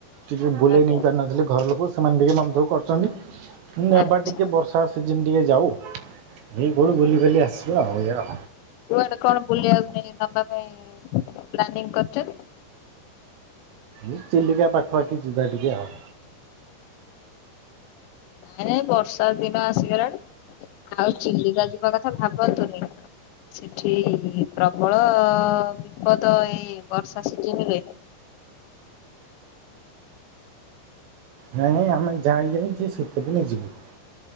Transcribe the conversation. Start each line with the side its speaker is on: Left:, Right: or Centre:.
Right: ଟିକେ ବୁଲେଇ
Left: ଆଜ୍ଞା
Right: ନେଇ ପାରି ନଥିଲି ଘର ଲୋକଙ୍କୁ ସେମାନେ ଟିକେ ମନ ଦୁଖ କରୁଛନ୍ତି ନେବା
Left: ଆଚ୍ଛା
Right: ଟିକେ ବର୍ଷା ସିଜିନି ଟିକେ ଯାଉ ହେଇ କୁଆଡ଼ୁ ବୁଲି ବାଲି ଆସିବା ଆଉ ଏଇଆ।
Left: କୁଆଡେ କଣ ବୁଲିବା ପାଇଁ ନବା ପାଇଁ ପ୍ଲାନିଙ୍ଗି କରିଚନ୍ତି?
Right: ଏ ଚିଲିକା ପାଖପାଖି ଯିବା ଟିକିଏ ଆଉ।
Left: ନାଇଁ ନାଇଁ ବର୍ଷା ଦିନ ଆସିଗଲାଣି। ଆଉ ଚିିଲିକା ଯିବା କଥା ଭାବନ୍ତୁନେହିଁ। ସେଠି ପ୍ରବଳ ବିପଦ ଏଇ ବର୍ଷା ସିଜିନିରେ।
Right: ନାଇଁ ନାଇଁ ଆମେ ଯାାଇ ଯାଇ ସେ ସିତ ଦିନେ ଯିବୁ।